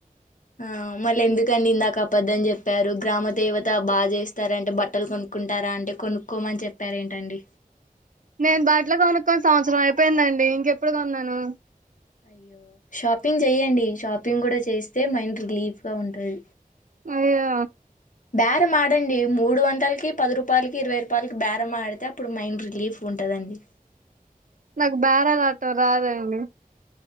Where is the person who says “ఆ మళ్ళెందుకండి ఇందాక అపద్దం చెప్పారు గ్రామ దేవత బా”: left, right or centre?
Left